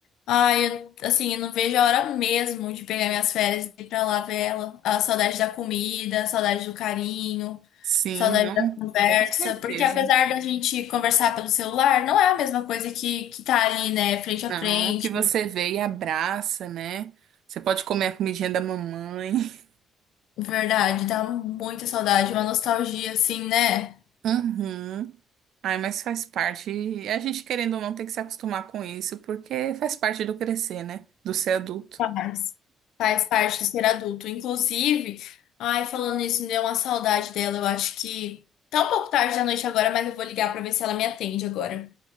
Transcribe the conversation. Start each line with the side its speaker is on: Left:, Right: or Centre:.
Left: Ai, eu, assim, eu não vejo a hora mesmo de pegar minhas férias e ir pra lá ver ela. A saudade da comida, a saudade do carinho,
Right: Sim,
Left: saudade
Right: não,
Left: da conversa.
Right: com certeza.
Left: Porque apesar da gente conversar pelo celular, não é a mesma coisa que, que tá ali, né, frente a
Right: Não,
Left: frente.
Right: que você vê e abraça, né? Você pode comer a comidinha da mamãe. <laughs>
Left: Verdade, dá muita saudade, uma nostalgia, assim, né?
Right: Uhum. Ai, mas faz parte. E a gente, querendo ou não, tem que se acostumar com isso, porque faz parte do crescer, né? Do ser adulto.
Left: Faz. Faz parte de ser adulto. Inclusive, ai, falando isso, me deu uma saudade dela. Eu acho que tá um pouco tarde da noite agora, mas eu vou ligar pra ver se ela me atende agora.